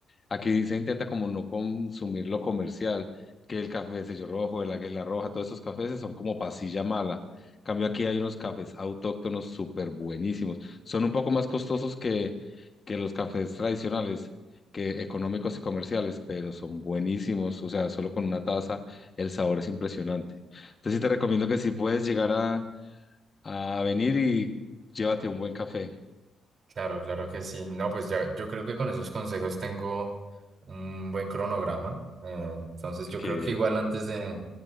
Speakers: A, on the left; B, on the right.
A: Aquí se intenta como no consumir lo comercial, que el café de sello rojo, el águila roja, todos esos cafés son como pasilla mala. Cambio aquí hay unos cafés autóctonos súper buenísimos. Son un poco más costosos que, que los cafés tradicionales, que económicos y comerciales, pero son buenísimos. O sea, solo con una taza el sabor es impresionante. Entonces sí te recomiendo que si puedes llegar a, a venir y llévate un buen café.
B: Claro, claro que sí. No, pues ya, yo creo que con esos consejos tengo un buen cronograma. eh, entonces yo
A: Qué
B: creo
A: bien,
B: que igual antes de,